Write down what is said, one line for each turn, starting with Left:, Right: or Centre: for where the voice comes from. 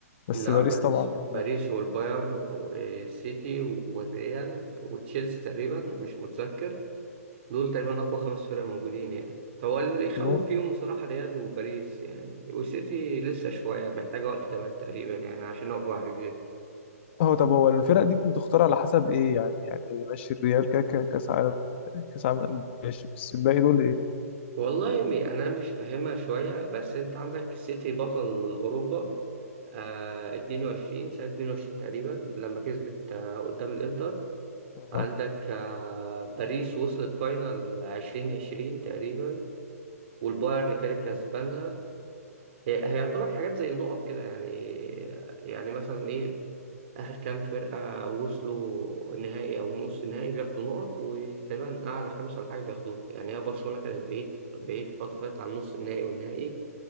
Left: بس
Right: لا
Left: باريس
Right: باريس
Left: طبعا
Right: باريس والبايرن والسيتي والريال وتشيلسي تقريبا مش متذكر دول تقريبا أقوى خمس فرق موجودين يعني هو اللي يخوف
Left: طب هو
Right: فيهم بصراحة ريال وباريس يعني والسيتي لسه شوية محتاجة وقت كمان تقريبا يعني عشان يقفوا على رجليهم
Left: هو- طب هو الفرق دي بتختار على حسب ايه يعني يعني إيه؟ ماشي الريال كا- كا- كاس عالم كاس عالم للأندية ماشي بس الباقي دول ايه
Right: والله م- أنا مش فاهمها شوية بس أنت عندك السيتي بطل أوروبا آه 22 سنة 22 تقريبا لما كسبت آه قدام الإنتر
Left: اه
Right: عندك آه باريس وصلت فاينل 2020 تقريبا والبايرن كانت كسبانها هي هي يعتبر حاجات زي نقط كده يعني يعني مثلا ايه اخر كام فرقه وصلوا النهائي او نص النهائي بياخدوا نقط وتقريبا اعلى خمسه ولا حاجه بياخدوها يعني هي برشلونه كانت بعيد بعيد فتره فاتت عن نص النهائي والنهائي